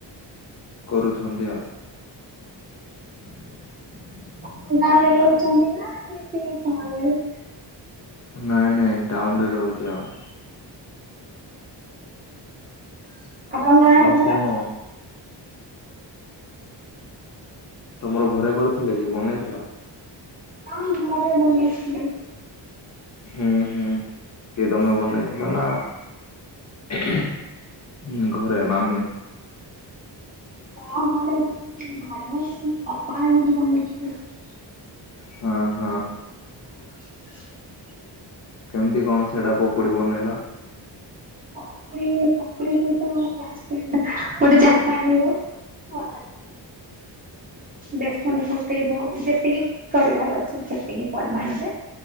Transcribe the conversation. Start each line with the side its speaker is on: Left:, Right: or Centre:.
Left: କରୁଛନ୍ତି ଆ
Right: <unintelligible>
Left: ନାଇଁ ନାଇଁ ଟାଉନ୍‌ ରେ ରହୁଚି ଆଉ।
Right: <unintelligible>
Left: ଆଉ କ'ଣ? ତମର ଘରେ କର୍ଥିଲ କି ବନେଇ ଥିଲ?
Right: ହଁ, ଘରେ ବନେଇ ଥିଲେ।
Left: ହୁଁ ହୁଁ, କିଏ, ତମେ ବନେଇ ଥିଲ ନା? ହୁଁ, ଘରେ ମାମୁଁ।
Right: <unintelligible>
Left: <unintelligible>
Right: <unintelligible>
Left: କେମ୍ତି କ'ଣ ସେଟା ପକୁଡ଼ି ବନେଇଲ?
Right: <unintelligible> <inaudible> ବେସନ୍‌ ପକେଇବ, ଯେତିକି କରିବାର ଅଛି ସେତିକି ପରିମାଣରେ।